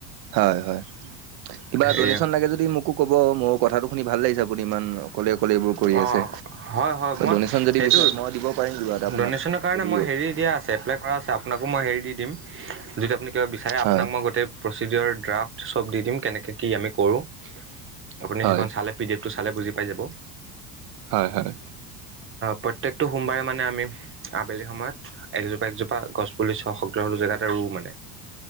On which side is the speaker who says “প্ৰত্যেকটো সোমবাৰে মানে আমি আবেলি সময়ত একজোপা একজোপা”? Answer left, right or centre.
Right